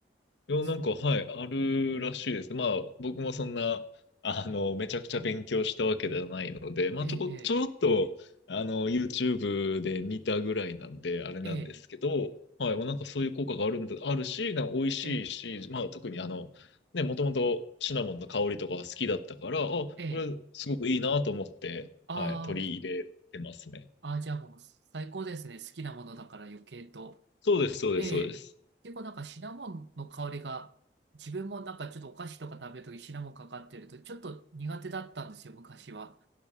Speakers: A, on the left; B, on the right.
A: いや、
B: あそうか。
A: なんか、はい、あるらしいです。まあ、僕もそんな、あの、めちゃくちゃ勉強したわけではないので、まあ、
B: ええ、
A: ちょこ、ちょろっと、あの、YouTube で見たぐらいなんで、あれなんですけど、
B: ええ、
A: はい、もうなんかそういう効果があるんだ、あるし、なんか美味しいし、
B: ええ、え
A: まあ、特にあの、ね、もともとシナモンの香りとかが好きだったから、あ、これ、
B: え、ええ、
A: すごくいいなと思って、
B: ああ。
A: はい、取り入れてますね。
B: ああ、じゃあもう最高ですね。好きなものだから余計と。
A: そうです、そうです、
B: ええ。
A: そうです。
B: 結構なんかシナモンの香りが、自分もなんかちょっとお菓子とか食べるときシナモンかかってると、ちょっと苦手だったんですよ、昔は。